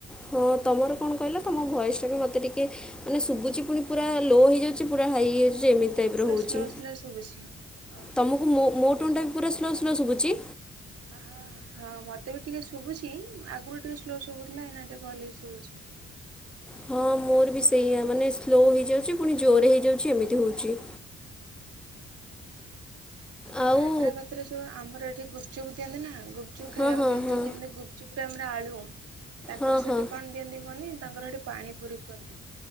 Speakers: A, in the centre; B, on the right (about 55°).
A: ହଁ ତମର କଣ କହିଲ ତମ ଭୟସଟା ବି ମୋତେ ଟିକେ ମାନେ ଶୁବୁଛି ପୁଣି ପୁରା ଲୋ ହେଇଯାଉଚି ପୁରା ହାଇ ହେଇଯାଉଚି ଯେ ଏମିତି ଟାଇପ୍
B: ପୁରା
A: ର ହୋଉଚି
B: ସ୍ଲୋ ସ୍ଲୋ ଶୁଭୁଛି ଓହୋ
A: ତମକୁ ମୋ ମୋ ଟୋନ ଟା ବି ପୁରା ସ୍ଲୋ ସ୍ଲୋ ଶୁବୁଚି?
B: ଆହା ହା ମତେ ବି ଟିକେ ଶୁବୁଚି ଆଗରୁ ଟିକେ ସ୍ଲୋ ଶୁଭୁଥିଲା ଏଇନା ଟିକେ ଭଲ କି ଶୁବୁଚି।
A: ହଁ ମୋର ବି ସେଇଆ ମାନେ ସ୍ଲୋ ହେଇଯାଉଚି ପୁଣି ଜୋରେ ହେଇଯାଉଚି ଏମିତି ହଉଚି।
B: ଯୋଉ
A: ଆଉ
B: ହାଇଦ୍ରାବାଦରେ ଯୋଉ ଆମର ଏଠି ଗୁପଚୁପ ଦିଅନ୍ତି ନା ଗୁପଚୁପ ଖାଇବାକୁ
A: ହଁ ହଁ
B: ଦିଅନ୍ତି
A: ହଁ
B: ଯେମିତି ଗୁ ଚୁପ୍ ରେ ଆମର ଆଳୁ ତାଙ୍କର
A: ହଁ
B: ସେଠି
A: ହଁ
B: କଣ ଦିଅନ୍ତି କୁହନି ତାଙ୍କର ସେଠି ପାଣି ପୁରୀ କୁହନ୍ତି।